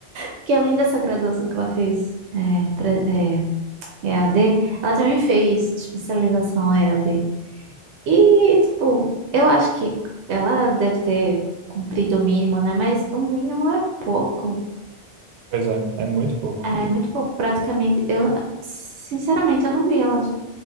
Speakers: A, on the right (about 85°); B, on the right (about 60°).
A: porque além dessa graduação que ela fez é, pre- é, EAD, ela também fez especialização EAD. E, tipo, eu acho que ela deve ter cumprido o mínimo, né? Mas o mínimo é pouco.
B: Pois é, é muito pouco
A: É muito pouco, praticamente. Eu, sinceramente, eu não vi ela,